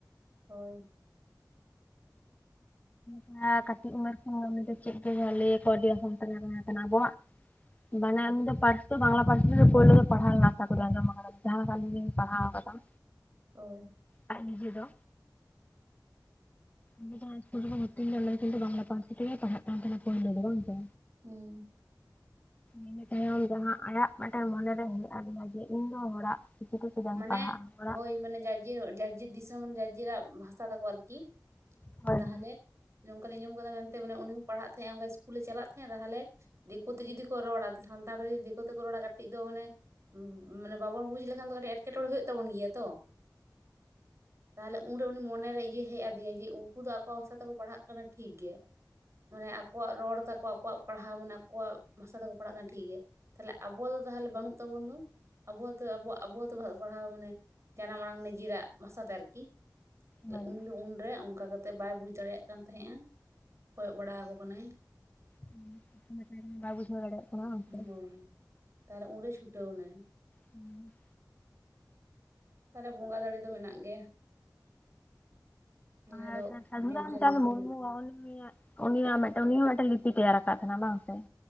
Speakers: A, on the right; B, on the left.
A: ᱦᱳᱭ,
B: ᱡᱟᱦᱟᱸᱠᱟ <inaudible> ᱠᱟᱹᱴᱤᱡ ᱩᱢᱮᱨ ᱠᱷᱚᱱ ᱩᱱᱤ ᱫᱚ ᱪᱮᱫ ᱜᱮ ᱡᱟᱦᱟᱸ ᱞᱟᱹᱭ ᱟᱠᱚᱣᱟ ᱟᱹᱰᱤ ᱟ ᱥᱟᱱᱛᱮ ᱛᱟᱦᱮᱸ ᱠᱟᱱᱟ ᱟᱵᱚᱣᱟᱜ ᱾ ᱵᱟᱱᱮ ᱩᱱᱤ ᱫᱚ ᱯᱟᱹᱨᱥᱤ ᱫᱚ ᱵᱟᱝᱞᱟ ᱯᱟᱹᱨᱥᱤ ᱛᱮᱜᱮ ᱯᱩᱭᱞᱩ ᱫᱚ ᱯᱟᱲᱦᱟᱣ ᱠᱟᱱᱟ ᱟᱥᱟ ᱠᱩᱨᱤ ᱟᱸᱡᱟᱢ ᱟᱠᱟᱱᱟ ᱾ ᱡᱟᱦᱟᱸ ᱞᱮᱠᱟ ᱟᱹᱞᱤᱧ ᱞᱤᱧ ᱯᱟᱲᱦᱟᱣ ᱠᱟᱫᱟ ᱾
A: ᱦᱳᱭ,
B: ᱟᱡ ᱱᱤᱡᱮ ᱫᱚ ᱩᱱᱤ ᱡᱟᱦᱟ ᱤᱥᱠᱩᱞ ᱨᱮᱠᱚ ᱵᱷᱤᱛᱨᱤ ᱞᱤᱫᱤᱭᱟ ᱚᱱᱟ ᱤᱥᱠᱩᱞ ᱨᱮᱫᱟ ᱵᱟᱝᱞᱟ ᱯᱟᱹᱨᱥᱤ ᱛᱮᱜᱮ ᱯᱩᱭᱞᱩ ᱯᱟᱲᱦᱟᱜ ᱠᱟᱱ ᱛᱟᱦᱮᱱᱟ ᱵᱟᱝ ᱥᱮ?
A: ᱦᱩᱸ,
B: ᱤᱱᱟ ᱛᱟᱭᱚᱢ ᱡᱟᱦᱟᱸ ᱟᱜ ᱢᱤᱫᱴᱮᱱ ᱢᱚᱱᱮᱨᱮ ᱦᱮᱡ ᱟᱫᱮᱭᱟ ᱤᱧ ᱫᱚ ᱦᱚᱲᱟᱜ ᱪᱤᱠᱤ ᱛᱮ ᱪᱮᱫᱟᱜ
A: ᱢᱟᱱᱮ
B: ᱤᱧ ᱯᱟᱲᱦᱟᱜᱼᱟ ᱦᱚᱲᱟᱜ
A: ᱦᱳᱭ ᱢᱟᱱᱮ ᱡᱟᱨ ᱡᱮᱨ ᱡᱟᱨ ᱡᱮᱨ ᱫᱤᱥᱚᱢ ᱡᱟᱨ ᱡᱟᱜ ᱵᱷᱟᱥᱟ ᱛᱟᱠᱚ ᱟᱨᱠᱤ ᱾
B: ᱦᱳᱭ
A: ᱛᱟᱦᱞᱮ ᱚᱱᱠᱟᱞᱧ ᱟᱡᱚᱢ ᱠᱟᱫᱟ ᱢᱮᱱᱛᱮ ᱢᱟᱱᱮ ᱩᱱᱤ ᱦᱚᱸ ᱯᱟᱲᱦᱟᱜ ᱛᱟᱦᱮᱸᱜ ᱚᱱᱠᱟ ᱤᱥᱠᱩᱞᱮ ᱪᱟᱞᱟᱜ ᱛᱟᱦᱮᱸᱜ-ᱟ ᱛᱟᱦᱞᱮ, ᱫᱤᱠᱩ ᱛᱮ ᱡᱩᱫᱤ ᱠᱚ ᱨᱚᱲᱟ ᱥᱟᱱᱛᱟᱲ ᱫᱤᱠᱩ ᱛᱮᱠᱚ ᱨᱚᱲᱟ ᱠᱟᱹᱴᱤᱡ ᱫᱚ ᱢᱟᱱᱮ ᱢᱟᱱᱮ ᱵᱟᱵᱚᱱ ᱵᱩᱡ ᱞᱮᱠᱷᱟᱱ ᱫᱚ ᱠᱟᱹᱴᱤᱡ ᱮᱸᱴᱠᱮᱴᱚᱬᱮ ᱦᱩᱭᱩᱜ ᱛᱟᱵᱚᱱ ᱜᱮᱭᱟ ᱛᱚ ᱾ ᱛᱟᱦᱚᱞᱮ ᱩᱱᱨᱮ ᱩᱱᱤ ᱢᱚᱱᱮᱨᱮ ᱤᱭᱟᱹ ᱦᱮᱡ ᱟᱫᱮᱭᱟ, ᱡᱮ ᱩᱱᱠᱩ ᱫᱚ ᱟᱠᱚᱣᱟᱜ ᱵᱷᱟᱥᱟ ᱛᱮᱠᱚ ᱯᱟᱲᱦᱟᱜ ᱠᱟᱱᱟ ᱴᱷᱤᱠ ᱜᱮ ᱾ ᱢᱟᱱᱮ ᱟᱠᱚᱣᱟᱜ ᱨᱚᱲ ᱛᱟᱠᱚ ᱟᱠᱚᱣᱟᱜ ᱯᱟᱲᱦᱟᱣ ᱢᱟᱱᱮ ᱟᱠᱚᱣᱟᱜ ᱵᱷᱟᱥᱟ ᱛᱮᱠᱚ ᱯᱟᱲᱦᱟᱜ ᱠᱟᱱᱟ ᱴᱷᱤᱠ ᱜᱮᱭᱟ ᱛᱟᱦᱚᱞᱮ ᱟᱵᱚ ᱫᱚ ᱛᱟᱦᱚᱞᱮ ᱵᱟᱹᱱᱩᱜ ᱛᱟᱵᱚᱱ ᱫᱚ ᱾ ᱟᱵᱚ ᱦᱚᱛᱚ ᱟᱵᱚᱣᱟᱜ ᱟᱵᱚᱛᱚ ᱚᱞᱚᱜ ᱯᱟᱲᱦᱟᱣ ᱢᱟᱱᱮ ᱡᱟᱱᱟᱢ ᱟᱲᱟᱝ ᱱᱤᱡᱮᱨᱟᱜ ᱵᱷᱟᱥᱟ ᱛᱮ ᱟᱨᱠᱤ ᱛᱟᱦᱮ
B: ᱦᱳᱭ
A: ᱩᱱ
B: ᱦᱳᱭ
A: ᱫᱚ ᱩᱱᱨᱮ ᱚᱱᱠᱟ ᱠᱟ ᱠᱟᱛᱮᱫ ᱵᱟᱭ ᱵᱩᱡᱽ ᱫᱟᱲᱮᱭᱟᱜ ᱠᱟᱱ ᱛᱟᱦᱮᱸᱫ ᱟ ᱠᱚᱭᱚᱜ ᱵᱟᱲᱟ ᱟᱠᱚ ᱠᱟᱱᱟᱭ ᱾
B: ᱦᱩᱸ ᱪᱮᱫ ᱠᱚ ᱢᱮᱛᱟᱭ ᱠᱟᱱᱟ ᱵᱟᱭ ᱵᱩᱡᱷᱟᱣ ᱫᱟᱲᱮᱭᱟᱜ ᱠᱟᱱᱟ, ᱚᱱᱛᱮ
A: ᱦᱳᱭ ᱛᱟᱦᱟᱞᱮ ᱩᱱᱨᱮ ᱪᱷᱩᱴᱟᱹᱣ ᱮᱱᱟᱭ ᱾
B: ᱦᱩᱸ,
A: ᱛᱟᱦᱚᱞᱮ ᱵᱚᱸᱜᱟ ᱫᱟᱲᱮ ᱫᱚ ᱢᱮᱱᱟᱜ ᱜᱮᱭᱟ ᱾ ᱡᱟᱦᱟᱸ
B: ᱟᱨ
A: ᱫᱚ
B: ᱥᱟᱫᱷᱩᱨᱟᱢᱪᱟᱸᱫᱽ
A: ᱵᱤᱸᱫᱩ ᱪᱟᱸᱫᱟᱱ ᱠᱤᱱ
B: ᱢᱩᱨᱢᱩ ᱚᱞᱢ ᱩᱱᱤᱭᱟᱜ ᱢᱤᱫᱴᱮᱱ ᱩᱱᱤ ᱦᱚᱸ ᱢᱤᱫᱴᱮᱱ ᱞᱤᱯᱤ ᱛᱮᱭᱟᱨ ᱟᱠᱟᱫ ᱛᱟᱦᱮᱱᱟ ᱵᱟᱝ ᱥᱮ?